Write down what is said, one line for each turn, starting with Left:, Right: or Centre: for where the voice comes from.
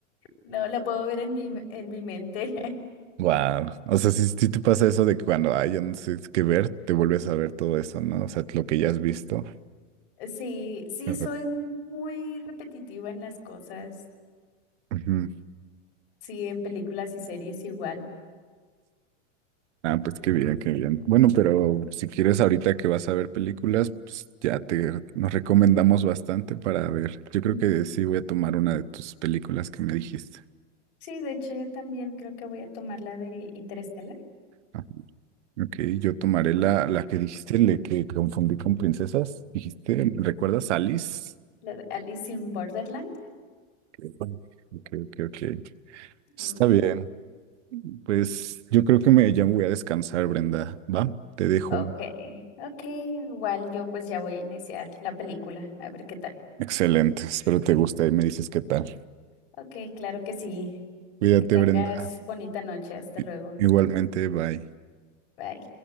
Left: No, la puedo ver en mi, en mi mente.
Right: Wow. O sea, si, te pasa eso de que cuando, ay, ya no sé qué ver, te vuelves a ver todo eso, ¿no? O sea, lo que ya has visto.
Left: Sí, sí,
Right: de rep-
Left: soy m- muy repetitiva en las cosas.
Right: Ujú.
Left: Sí, en películas y series igual.
Right: Ah, pues qué bien, qué bien. Bueno, pero si quieres ahorita que vas a ver películas, pues ya te nos recomendamos bastante para ver. Yo creo
Left: Ujú.
Right: que sí voy a tomar una de tus películas que me dijiste.
Left: Sí, de hecho, yo también creo que voy a tomar la de Interstellar,
Right: Ah, Ok, yo tomaré la, la que dijiste, le que confundí con princesas. Dijiste, ¿recuerdas Alice?
Left: la de Alice in Borderland.
Right: Ok, ok, ok. ok. Está
Left: Ujú.
Right: bien. Pues yo creo que me, ya me voy a descansar, Brenda. Va, te dejo.
Left: Ok, ok, igual yo pues ya voy a iniciar la película, a ver qué tal.
Right: Excelente, espero te guste y me dices qué tal.
Left: Ok, claro que sí.
Right: Cuídate,
Left: Que tengas
Right: Brenda.
Left: bonita noche, hasta
Right: I-
Left: luego.
Right: Igualmente, bye.
Left: Bye.